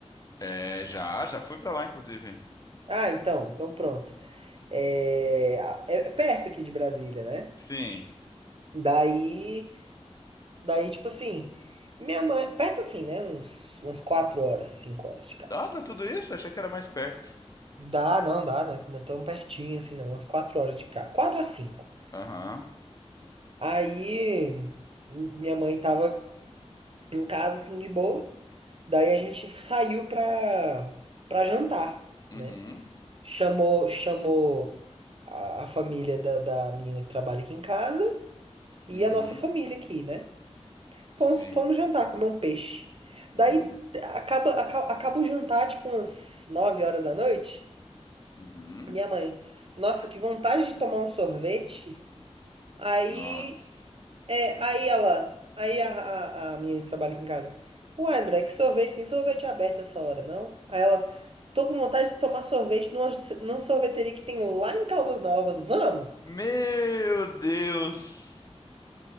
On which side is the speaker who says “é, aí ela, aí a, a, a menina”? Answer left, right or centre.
Right